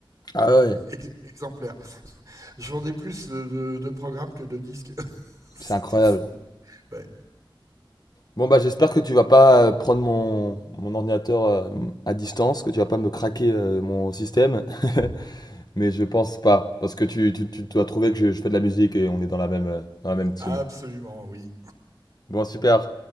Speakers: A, on the left; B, on the right.
A: Ah ouais,
B: ex- <laughs> exemplaires. Je vendais plus de, de- de programmes que de disques <laughs> C'était
A: c'est incroyable.
B: fou. Ouais,
A: Bon bah j'espère que tu vas pas euh, prendre mon, mon ordinateur euh, à distance, que tu vas pas me craquer euh, mon système, <laughs> mais je pense pas, parce que tu, tu, tu dois trouver que je, je fais de la musique et on est dans la même, euh, dans la même team.
B: absolument, oui.
A: Bon super,